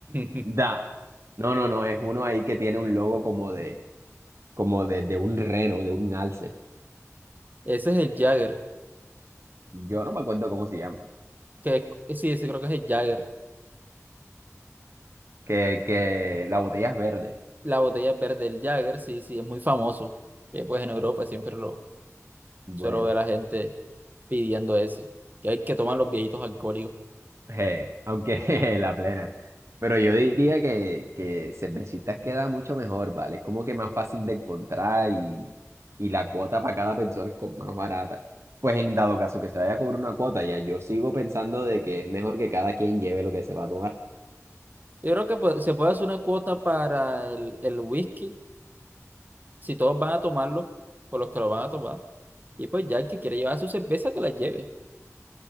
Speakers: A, on the right; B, on the right.
A: <laughs>
B: da. No, no, no, es uno ahí que tiene un logo como de, como de, de un reno, de un alce.
A: Ese es el Jagger.
B: Yo no me acuerdo cómo se llama.
A: Que, sí, ese creo que es el Jagger.
B: Que, que la botella es verde.
A: La botella verde del Jagger, sí, sí, es muy famoso. Que pues en Europa siempre lo
B: Bueno.
A: suelo ver a gente pidiendo ese. Que hay que toman los viejitos alcohólicos.
B: Eh, aunque <laughs> la plena. Pero yo diría que, que cervecitas queda mucho mejor, ¿vale? Es como que más fácil de encontrar y, y la cuota para cada persona es como más barata. Pues en dado caso que se vaya a cobrar una cuota, ya yo sigo pensando de que es mejor que cada quien lleve lo que se va a tomar.
A: Yo creo que pues, se puede hacer una cuota para el, el whisky, si todos van a tomarlo, por los que lo van a tomar. Y pues ya el que quiere llevar su cerveza, que la lleve.